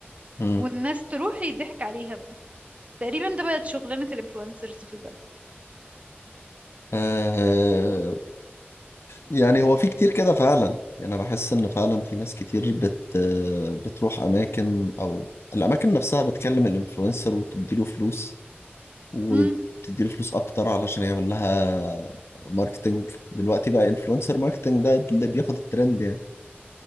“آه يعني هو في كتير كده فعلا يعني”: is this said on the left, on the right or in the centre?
Left